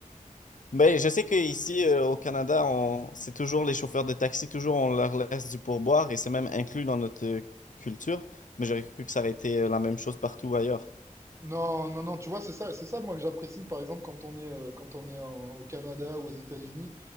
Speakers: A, on the left; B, on the right.
A: Mais je sais qu'ici, euh, au Canada, on... c'est toujours les chauffeurs de taxi, toujours on leur laisse du pourboire et c'est même inclus dans notre euh, culture. Mais j'aurais cru que ça aurait été euh, la même chose partout ailleurs.
B: Non, non, non, tu vois, c'est ça, c'est ça, moi, que j'apprécie, par exemple, quand on est, euh, quand on est en- au Canada ou aux États-Unis.